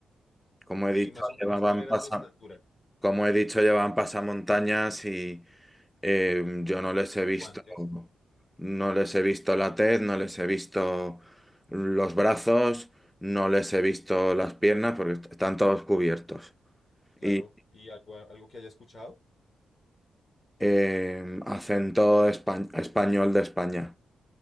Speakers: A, in the centre; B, on the left.
A: Como
B: y
A: he dicho,
B: más o menos
A: llevaban
B: cuál era
A: pasa,
B: su estatura.
A: como he dicho, llevaban pasamontañas y, Eh, yo no les he visto,
B: Guantes.
A: no les he visto la tez, no les he visto los brazos, no les he visto las piernas porque est- están todos cubiertos.
B: Claro,
A: Y
B: y algo, algo que haya escuchado.
A: eh, acento espa- español de España.